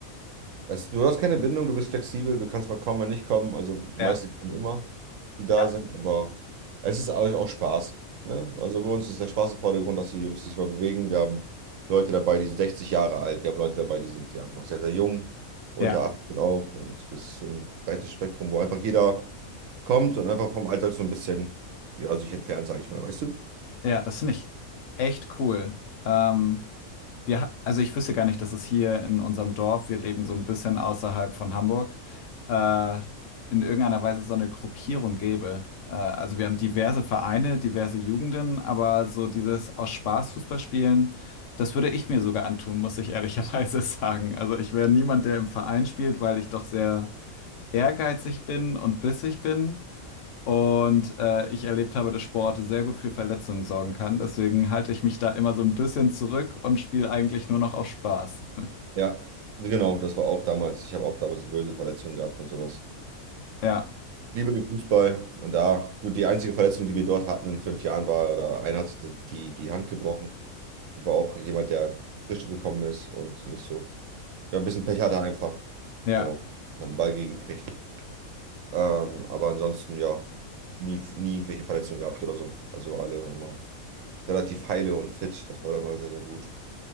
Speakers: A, on the right; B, on the left.
A: Es, du hast keine Bindung, du bist flexibel, du kannst mal kommen, mal nicht kommen. Also die
B: Ja,
A: meisten kommen immer, die da
B: ja,
A: sind, aber es ist auch, auch Spaß. Ne? Also bei uns ist der Spaß im Vordergrund, dass die Jungs sich mal bewegen. Wir haben Leute dabei, die sind 60 Jahre alt, wir haben Leute dabei, die sind ja noch sehr, sehr jung, unter
B: ja,
A: 18 auch. Und das ist so ein breites Spektrum, wo einfach jeder kommt und einfach vom Alltag so ein bisschen, ja, sich entfernt, sage ich mal, weißt du?
B: ja, das finde ich echt cool. Ähm, Wir, ha- also ich wüsste gar nicht, dass es hier in unserem Dorf, wir leben so ein bisschen außerhalb von Hamburg, äh, in irgendeiner Weise so eine Gruppierung gäbe. Äh, also wir haben diverse Vereine, diverse Jugenden, aber so dieses aus Spaß Fußball spielen, das würde ich mir sogar antun, muss ich ehrlicherweise <laughs> sagen. Also ich wäre niemand, der im Verein spielt, weil ich doch sehr ehrgeizig bin und bissig bin. Und äh, ich erlebt habe, dass Sport sehr gut für Verletzungen sorgen kann. Deswegen halte ich mich da immer so ein bisschen zurück und spiele eigentlich nur noch auf Spaß. <laughs>
A: Ja, genau, das war auch damals. Ich habe auch damals eine böse Verletzung gehabt und sowas.
B: Ja,
A: liebe den Fußball und da, gut, die einzige Verletzung, die wir dort hatten in fünf Jahren, war, da einer hat sich die, die Hand gebrochen. War auch jemand, der frisch gekommen ist und nicht so, ja, ein bisschen Pech hatte einfach
B: ja.
A: und hat einen Ball gekriegt. Ähm, aber ansonsten, ja, nie, nie irgendwelche Verletzungen gehabt oder so. Also alle immer relativ heile und fit. Das war immer sehr, sehr gut.